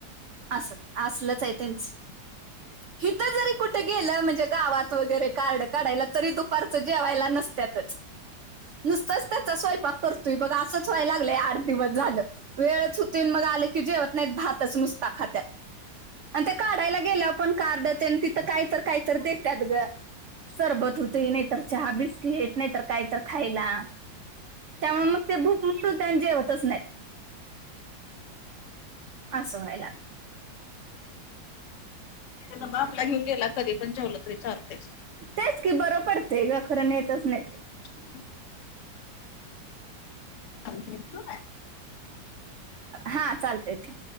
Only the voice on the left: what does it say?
<inaudible>
<inaudible>
तिथ डबा आपला घेऊन गेला तरी पण जेवलं तरी चालतच.
<inaudible> आमच्या इकडं